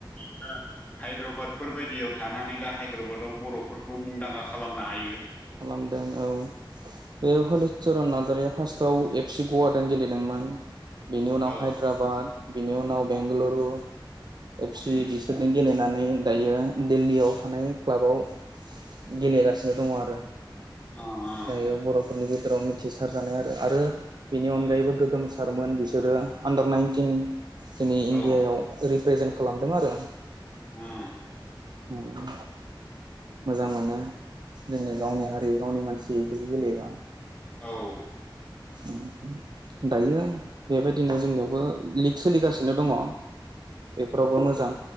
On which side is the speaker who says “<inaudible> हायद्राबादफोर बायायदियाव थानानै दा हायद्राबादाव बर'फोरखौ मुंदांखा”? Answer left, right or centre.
Left